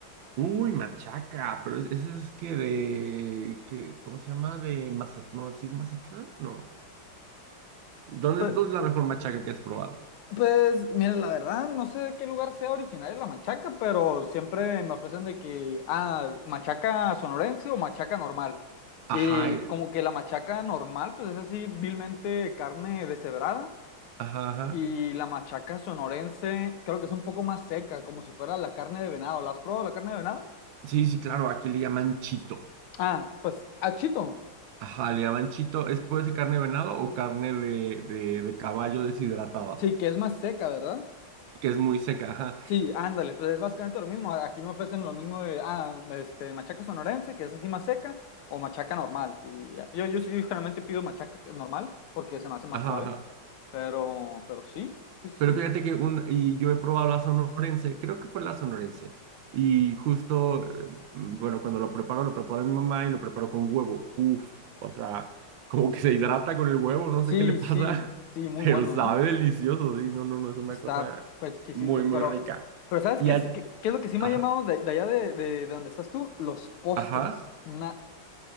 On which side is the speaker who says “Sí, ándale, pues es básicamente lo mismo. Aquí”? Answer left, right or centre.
Left